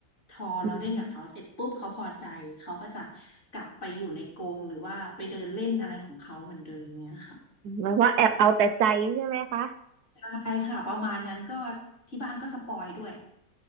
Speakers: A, on the left; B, on the right.
A: พอเราเล่นกับเขาเสร็จปุ๊บเขาพอใจ
B: อืม
A: เขาก็จะกลับไปอยู่ในกรงหรือว่าไปเดินเล่นอะไรของเขาเหมือนเดิมเนี่ยค่ะ
B: หมายว่าแอบเอาแต่ใจใช่ไหมคะ
A: ใช่ค่ะประมาณนั้นก็ที่บ้านก็สปอยด้วย